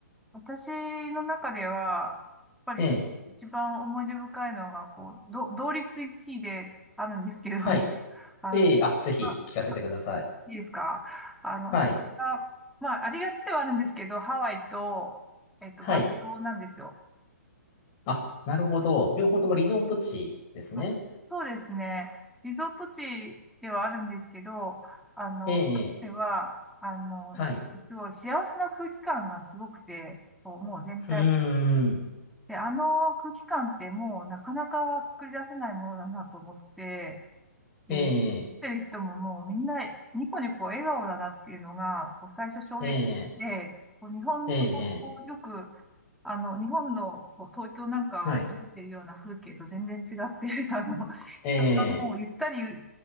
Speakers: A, in the centre; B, on the left (about 30°).
A: 私の中では、やっぱり一番思い出深いのが、
B: ええ、
A: こう、ど同率一位であるんですけど、
B: はい。
A: <laughs> あの、
B: ええ、あ、ぜひ聞かせてください。
A: あいいですかあの、
B: はい。
A: それがまあ、ありがちではあるんですけど、ハワイと、えっと、
B: はい。
A: バリ島なんですよ。
B: あ、なるほど。両方ともリゾート地ですね。
A: あそうですね。リゾート地ではあるんですけど、あの、
B: ええ、
A: ハワイは、あの、
B: はい。
A: やっぱすごい幸せな空気感がすごくて、こうもう全体
B: うーん、
A: で、あの空気感ってもうなかなか作り出せないものだなと思って、で、
B: ええ、
A: 見てる人ももうみんなニコニコ笑顔だなっていうのが、こう最初衝撃で、
B: ええ、
A: こう日本の、
B: ええ、
A: こうよく、あの、日本のこう東京なんかを見てるような風景と全然違って、
B: はい。
A: <laughs> あの、
B: ええ、
A: 人がもうゆったり